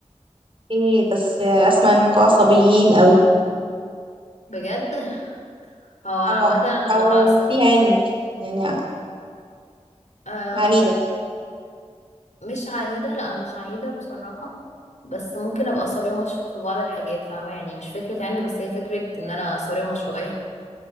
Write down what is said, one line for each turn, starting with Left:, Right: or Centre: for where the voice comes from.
Right: ايه بس أسمع إنكوا عصبيين قوي
Left: بجد <laughs> هو عامة
Right: أو
Left: أنا
Right: أو
Left: بتعصب
Right: في عند يعني ع-
Left: فعلا
Right: عنيدة
Left: مش عنيدة لا مش عنيدة بصراحة بس ممكن ابقى صارمة ش- في بعض الحاجات فاهمة يعني مش فكرة عند بس هي فكرة ان انا صارمة شوية <laughs>